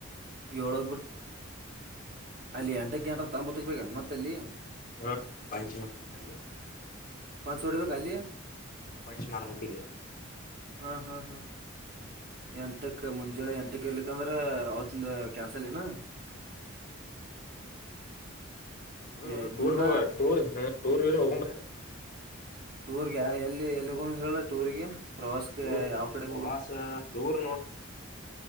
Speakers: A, on the right (about 50°); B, on the left (about 45°).
A: ಏಳಕ್ ಬಿಟ್ಟ ಅಲ್ಲಿ ಎಂಟ ಗಂಟ ತಂಬತ್ತಕ್ಬೇಕಣ ಮತ್ತ ಅಲ್ಲಿ.
B: ಹ್ಮ ಪಂಚಮ ತಲ್ಲಿ.
A: ಪಾಂಚ್ ಸೌಡಪಾಯಿ ಖಾಲಿ.
B: ಹ್ಮ ಪಂಚ್ ಮಾಡ್ಬೇಕ್ ಈಗ.
A: ಹಾ ಹಾ ಹಾ ಎಂಟಕ್ ಮುಂಜಳೆ ಎಂಟಕ್ ಇರ್ಲಿಕ್ಕ ಅಂದ್ರ ಅವತ್ತಿಂದ ಕ್ಯಾನ್ಸಲ್ ಏನಾ.
B: ಹು
A: ಏ
B: ಹು ಟೂರ್
A: ದಿನ
B: ಟೂರ್ ಹೋಗರ ಟೂರ್ ಗೀರ್ ಹೋಗ ಬಾರೆ.
A: ಟೂರ್ಗ ಎಲ್ಲಿ ಎಲ್ಲಿಗ್ ಒಂದಸ ಟೂರ್ಗೆ. ಪ್ರವಾಸಕ್ಕೆ
B: ಟೂರ್
A: ಯಾವ ಕಡೆ
B: ಪ್ರವಾಸ
A: ಹೋಗಣ.
B: ದೂರ್ ನೋಡ್